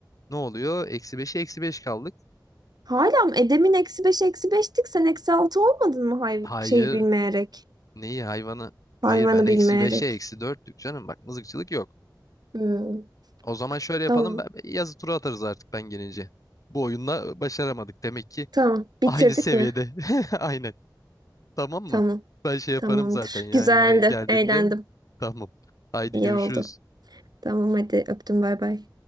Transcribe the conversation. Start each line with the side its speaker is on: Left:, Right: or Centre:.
Left: ne oluyor? Eksi beşe eksi beş kaldık.
Right: Hala mı? E, demin eksi beş eksi beştik. Sen eksi altı olmadın mı hay
Left: Hayır.
Right: şeyi bilmeyerek?
Left: Neyi hayvanı? Hayır
Right: Hayvanı
Left: ben eksi
Right: bilmeyerek.
Left: beşe eksi dörtlük canım. Bak mızıkçılık yok.
Right: Hmm,
Left: O zaman şöyle yapalım.
Right: tamam.
Left: Ben, yazı tura atarız artık ben gelince. Bu oyunda başaramadık. Demek ki
Right: Tamam. Bitirdik
Left: Aynı seviyede.
Right: mi?
Left: <laughs> Aynen. Tamam mı?
Right: Tamam.
Left: Ben şey yaparım
Right: Tamamdır.
Left: zaten yani.
Right: Güzeldi.
Left: Hani geldiğimde
Right: Eğlendim.
Left: tamam. Haydi
Right: İyi
Left: görüşürüz.
Right: oldu. Tamam hadi öptüm bay bay.